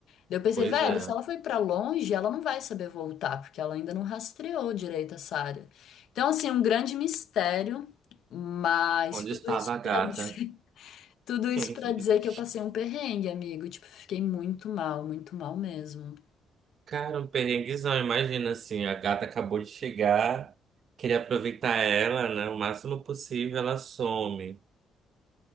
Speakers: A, on the left; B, on the right.
A: Daí eu pensei,
B: Pois
A: velho,
B: é.
A: se ela foi pra longe, ela não vai saber voltar, porque ela ainda não rastreou direito essa área. Então, assim, um grande mistério, mas
B: Onde
A: tudo
B: estava
A: isso
B: a gata?
A: pra <laughs> dizer, tudo isso
B: <laughs>
A: para dizer que eu passei um perrengue, amigo. Tipo, fiquei muito mal, muito mal mesmo.
B: Cara, um perrenguezão, imagina assim, a gata acabou de chegar, queria aproveitar ela, né? O máximo possível, ela some.